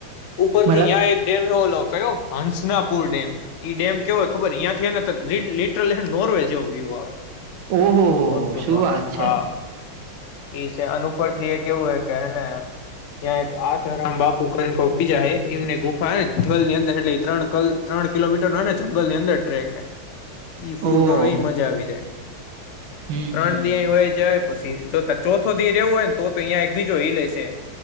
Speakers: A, on the left; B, on the right.
A: ઉપરથી
B: મતલબ
A: યાએ એક ડેમ નો ઓલો કયો હંસનાપુર ડેમ ઈ ડમ કેવો ખબર યાંથી ને લીટરલ નોર્વે જેવો વ્યુ આવે
B: ઓહો હો
A: મોનસૂનમાં
B: હો શું વાત છે
A: હા ઈ છે અનુપર થી એ કેવું હો કે હે ને ત્યાં એક આશારામ બાપુ કરને કોઈ બીજા હે એમને ગુફા જંગલ ની અંદર એટલે ત્રણ કલ ત્રણ કિલોમીટર નો હોય ને જંગલ ની અંદર ટ્રેક હ ઈ ફૂલ
B: ઓહ
A: કરો એ મજા આવી જાય
B: હમ
A: ત્રણ
B: હમ
A: દિ યે વયા જાય પછી જોતક આખો ડી જો રેવું હોય ને તો અહિયે એક બીજો હિલે એ છે